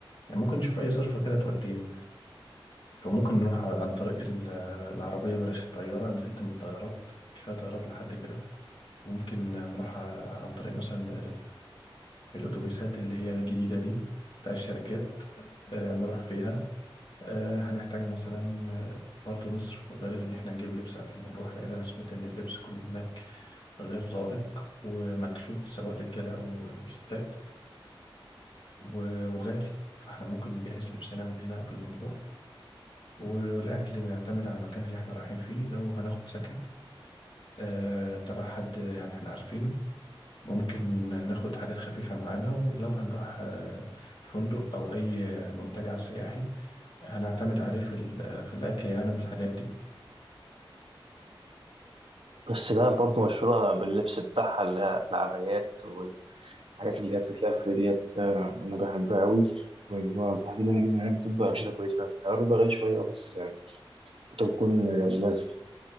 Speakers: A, on the left (about 60°); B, on the right (about 80°).
A: يعني ممكن نشوف اي صرفة كده تودينا او ممكن نروح عن طريق ال- العربية بلاش الطيارة نزلت من الطيارات كفاية طيارات لحد كده ممكن نروح عن طريق مثلا الأتوبيسات اللي هي الجديدة دي بتاع الشركات آه، نروح فيها آه، هنحتاج مثلا آه، برضه نصرف مبالغ إن إحنا نجيب لبس قبل ما نروح لأن أنا سمعت إن اللبس كله هناك غير لائق ومكشوف سواء رجالة أو أو ستات و- وغالي فإحنا ممكن نجهز لبسنا من هنا قبل ما نروح و- والأكل نعتمد على المكان اللي إحنا رايحين فيه لو هناخد سكن آه، تبع حد يعني إحنا عارفينه ممكن ناخد حاجات خفيفة معانا ولو هنروح آه، فندق أو أي منتجع سياحي هنعتمد عليه في ال- في الأكل يعني والحاجات دي
B: بس ده برضه مشهورة باللبس بتاعها اللي هي العبايات والحاجات اللي هي بتتلف ديت آه، أنا بحبها أوي واللي هو بعدين أنا أجيب من هناك بتبقى أمشيتها كويسة سعرها بيبقى غالي شوية أه بس بتكون مناسبة